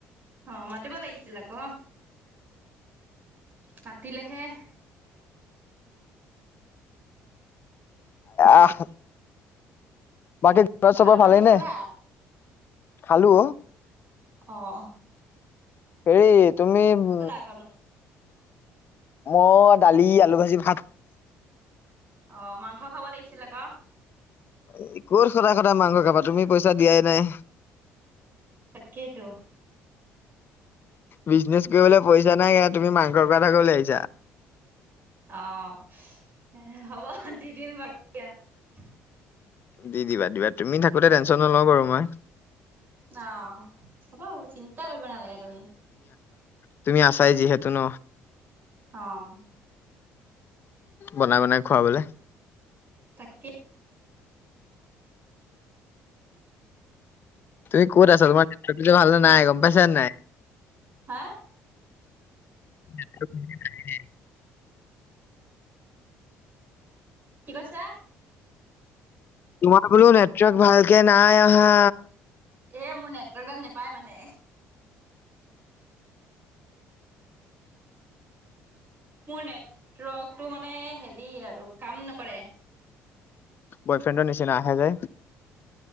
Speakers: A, on the right; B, on the left.
A: অঁ মাতিব লাগিছিল আকৌ মাতিলেহে
B: আহ বাকী ঘৰত
A: ভাত
B: চবৰ
A: পানী
B: ভালেই
A: খালা
B: নে খালো
A: অঁ
B: হেৰি তুমি উম
A: আকনো?
B: মই দালি আলু ভাজি ভাত
A: অঁ মাংস খাব লাগিছিল আকৌ
B: <unintelligible> ক'ত সদায় সদায় মাংস খাবা তুমি পইচা দিয়াই নাই
A: তাকেইটো
B: বিজনেজ কৰিবলৈ পইচা নাই এয়া তুমি মাংসৰ কথা ক'বলৈ আহিছা
A: অঁ হ'ব দি দিম বাৰু দিয়া
B: দি দিবা দিবা তুমি থাকোতে টেনচন নলওঁ বাৰু মই
A: অঁ হ'ব হ'ব চিন্তা কৰিব নালাগে তুমি
B: তুমি আছাই যিহেতু ন
A: অঁ
B: বনাই বনাই খোৱাবলে
A: তাকে
B: তুমি ক'ত আছ তোমাৰ নেটৱৰ্ক ভাল নাই গম পাইছা নাই
A: হা
B: <inaudible>
A: কি কৈছা
B: তোমাৰ বোলো নেটৱৰ্ক ভালকে নাই অহা
A: এ মোৰ নেটৱৰ্কডাল নেপায় মানে মোৰ নেটৱৰ্কটো মানে হেৰি আৰু কাম নকৰে
B: বয়ফ্ৰেণ্ডৰ নিচিনা আহে যায়